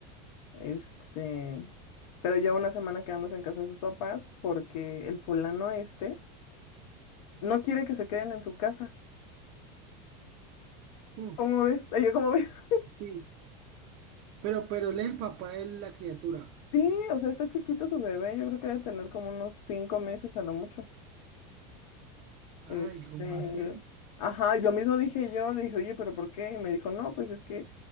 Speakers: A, on the left; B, on the right.
A: Este, pero lleva una semana quedándose en casa de sus papás porque el fulano este no quiere que se queden en su casa.
B: Mm,
A: ¿Cómo ves? <laughs> Ay, Yo, ¿cómo ves? <laughs>
B: sí. Pero, pero él es el papá de la criatura.
A: Sí, o sea, está chiquito su bebé. Yo creo que debe tener como unos cinco meses a lo mucho.
B: Ay,
A: Este,
B: ¿cómo así?
A: ajá, y lo mismo dije yo, le dije, oye, pero ¿por qué? Y me dijo, no, pues es que